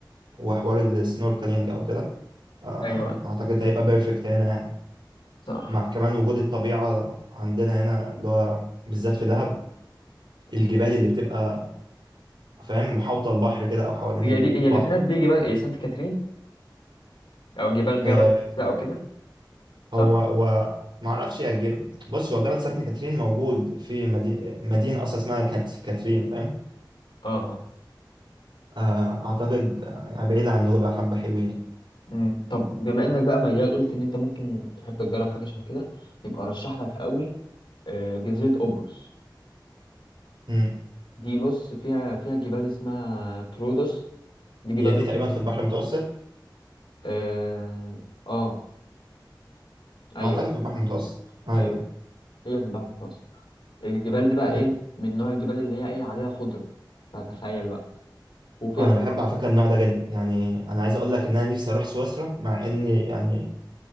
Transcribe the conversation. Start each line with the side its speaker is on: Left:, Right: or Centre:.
Right: وحوار السنوركلينج او كده آه،
Left: ايوه أيوة.
Right: اعتقد هيبقى بيرفكت هنا يعني
Left: صح
Right: مع كمان وجود الطبيعه عندنا هنا اللي هو بالذات في دهب الجبال اللي بتبقى فاهم محاوطه البحر كده او حوالين
Left: هي
Right: البحر
Left: دي هي اللي في دهب دي جبال ايه سانت كاترين او جبال
Right: آه،
Left: جبل ده او كده صح
Right: هو هو ما اعرفش يا جبل بص هو جبل سانت كاترين موجود في مدي... مدينه اصلا اسمها كانت كاترين فاهم
Left: اه اه
Right: آه، اعتقد آه، يعني بعيد عن نوبة حبه حلوين يعني.
Left: امم طب بما انك بقى ميال قلت ان انت ممكن تحب تجرب حاجه شبه كده يبقى ارشح لك قوي آه، جزيره قبرص
Right: امم
Left: دي بص فيها فيها جبال اسمها ترودوس دي جبال
Right: هي دي تقريبا
Left: مشهورة
Right: في البحر المتوسط
Left: اه آه، ايوه
Right: اعتقد
Left: ايوه
Right: في البحر المتوسط ايوه
Left: ايوه هي في البحر المتوسط الجبال دي بقى
Right: مم.
Left: ايه من نوع الجبال اللي هي ايه عليها خضره فتخيل بقى وفيها
Right: انا
Left: كل
Right: بحب على فكره النوع ده جدا يعني انا عايز اقول لك ان انا نفسي اروح سويسرا مع ان يعني